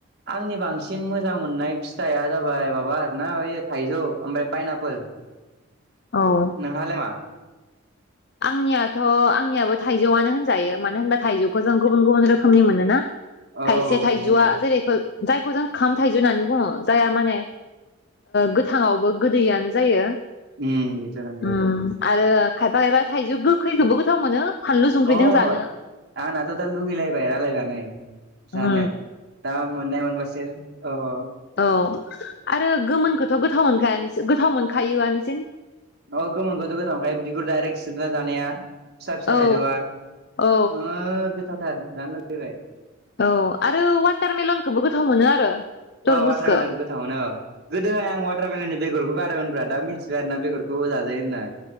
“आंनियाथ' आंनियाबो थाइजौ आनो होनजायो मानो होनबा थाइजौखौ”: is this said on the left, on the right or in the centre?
Left